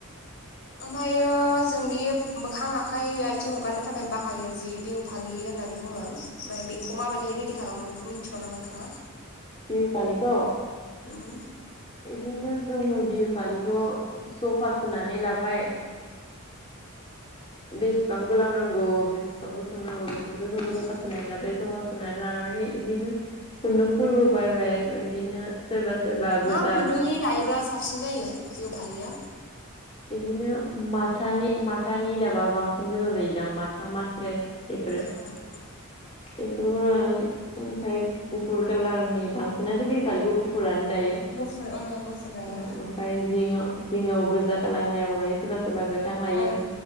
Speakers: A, on the left; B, on the left.
A: ओमफ्रायो जोंनि मोखां आखाइ आथिं हगारनो थाखाय बाहायो जि बिहु फालि होननानै बुङो ओमफ्राय बेखौ
B: उम
A: माबायदिहाय रेडि खालामो बेखौ मिन्थिगौ ना नोंथाङा?
B: बिहु फालिखौ
A: ओम
B: बिदिनो जोङो बिहु फालिखौ सखा सुनानै लाबाय। बेसेबां गोलाव नांगौ बेसेबां गोुसुं नांगौ बेफोरखौ जों जखा
A: उम
B: सुनानै लाबाय ज' सुनानै लानानै इदिनो खुन्दुंफोरखौ बायबाय बिदिनो सोरबा सोरबा
A: मा
B: गोजा
A: खुन्दुंनि
B: गो
A: दायोब्ला साबसिन जायो बिहु फालिया
B: बिदिनो माथानि माथानि दाबा बांसिन मोजां जायो। दां माथाम मासरे बेफोरो
A: उम
B: एफोराय <unintelligible> गुफुर कालारनि बांसिनानो बिहु फालिखौ गुफुरानो दायो
A: गुफुर उम गुफुर लायो
B: ओमफ्राय जि जिङआव गोजा कालारनि आगर लायो सोरबा सोरबा गोथां लायो।
A: ओ